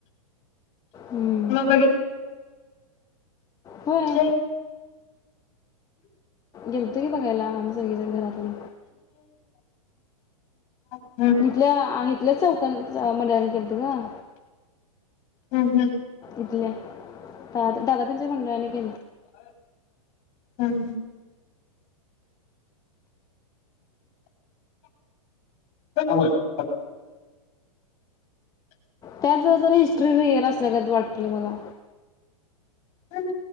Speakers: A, on the left; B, on the left.
A: हं.
B: म बघित
A: होय
B: चय <unintelligible>
A: गेलतो की बघायला आम्ही सगळीजण घरातली
B: हम् <unintelligible>
A: इथल्या आहेत <unintelligible> चौकांचा मंडळानं केलंतं गं.
B: हम्म हम्म!
A: इथल्या दादा त्यांच्या मंडळांनी <unintelligible>
B: हम्म हम्म! <unintelligible>
A: त्याज ज जरा हिस्ट्री रियल असल्यागत वाटली मला
B: <unintelligible>